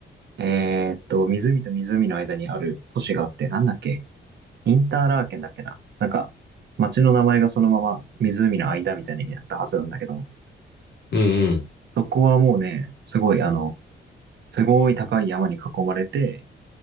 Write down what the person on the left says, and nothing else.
うんうん。